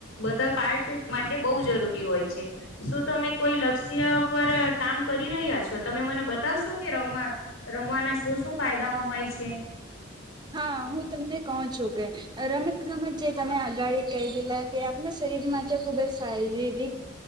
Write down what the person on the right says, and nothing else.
હા હું તમને કહો છું કે રમત ગમત જે તમે આગાડી કઈ ગયેલા કે શરીર માં ખૂબ શારીરિક